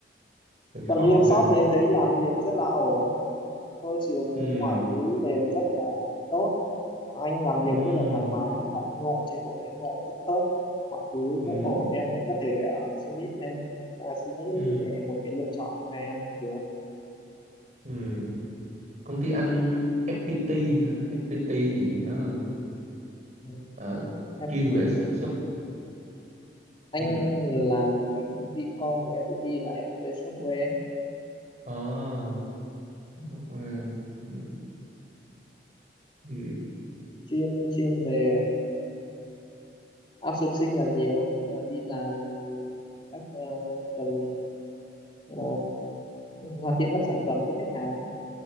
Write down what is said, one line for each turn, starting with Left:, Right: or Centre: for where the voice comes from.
Right: hơi
Left: còn
Right: khó
Left: như em shop
Right: hơi mệt
Left: thì anh thấy làm việc rất là ổn môi trường
Right: ừ
Left: mọi thứ đều rất là tốt anh làm
Right: ừ
Left: việc rất là thoải mái đãi ngộ chế độ đãi ngộ rất tốt mọi thứ
Right: Ừ,
Left: cũng ổn em cũng có thể ờ, suy nghĩ thêm à, suy nghĩ
Right: ừ,
Left: về một cái lựa chọn cho em cũng được
Right: ừ. Công ty anh FPT ha. FPT thì nó
Left: Ừ,
Right: ờ,
Left: FPT
Right: chuyên về sản xuất.
Left: anh
Right: Ừ.
Left: làm một cái công ty con của FPT là FPT Software ấy.
Right: À,
Left: Ừ,
Right: software. Ừ. Ừ.
Left: chuyên chuyên về ờ, outsourcing là nhiều tức là đi làm các ờ, phần ờ, hoàn thiện các sản phẩm cho khách hàng